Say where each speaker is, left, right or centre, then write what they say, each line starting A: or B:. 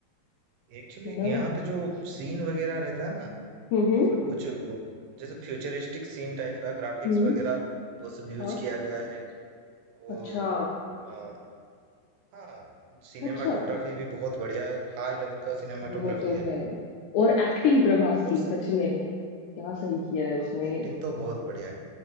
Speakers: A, on the right; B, on the left.
A: एक्चुअली
B: है ना
A: यहाँ पे जो सीन वगैरह रहता है ना
B: हम्म हम्म
A: मतलब कुछ वो जैसे फ्यूचरिस्टिक सीन टाइप का ग्राफिक्स
B: हम्म,
A: वगैरह वो सब यूज
B: हाँ
A: किया गया है
B: अच्छा
A: और आ, हाँ सिनेमाटोग्राफी
B: अच्छा अरे,
A: भी बहुत बढ़िया है हाई लेवल का सिनेमाटोग्राफी
B: वो तो
A: है
B: है और एक्टिंग प्रभास
A: और
B: की
A: स-
B: सच में क्या सही किया है उसने
A: हाँ एक्टिंग तो बहुत बढ़िया है